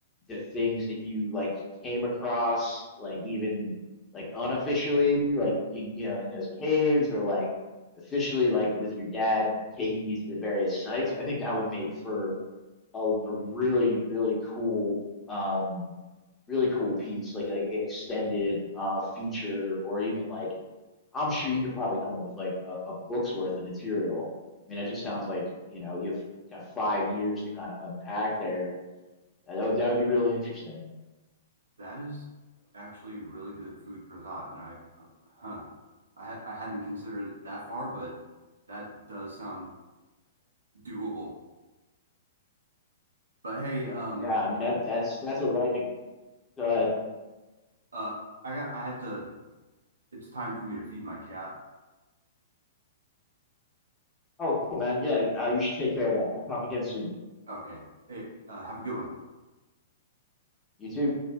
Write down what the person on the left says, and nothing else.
the things that you like came across like even like unofficially like in, you know in those caves or like officially like with your dad taking you to the various sites i think that would make for a, a really really cool um really cool piece like, like an extended uh feature or even like i'm sure you could probably come up with like a, a book's worth of material i mean that just sounds like you know you've got five years to kind of unpack there yeah, That would, that would be really interesting.
Yeah, I mean that that's that's a life. Go ahead.
Oh, cool, man. Yeah, uh, you should take care of that. We'll talk again soon.
You too.